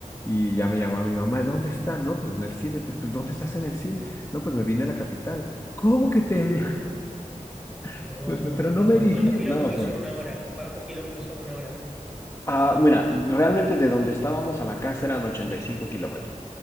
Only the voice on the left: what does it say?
Y ya me llamaba mi mamá, dónde está? No, pues en el cine. "Pero, Pues, ¿dónde estás en el cine? No, pues me vine a la capital. ¿Cómo que te...?
<laughs>
Pero no me dijiste.
No, fue.
Ah,
mira,
realmente de donde estábamos a la casa eran 85 kilómetros.